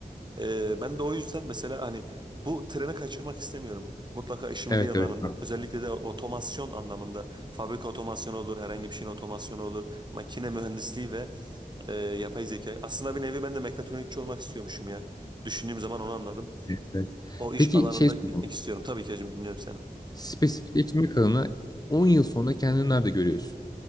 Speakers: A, on the right; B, on the left.
A: Ee, ben de o yüzden mesela hani bu treni kaçırmak istemiyorum. Mutlaka işimin
B: Evet
A: bir alanında
B: evet.
A: özellikle de otomasyon anlamında fabrika otomasyonu olur, herhangi bir şeyin otomasyonu olur, makine mühendisliği ve e, yapay zeka. Aslında bir nevi ben de mekatronikçi olmak istiyormuşum ya. Düşündüğüm zaman onu anladım.
B: Evet. evet.
A: O iş
B: Peki
A: alanında
B: şey soracağım.
A: gitmek istiyorum. Tabii ki hacım dinliyorum seni.
B: Spesifikleştirme kanalına 10 yıl sonra kendini nerede görüyorsun?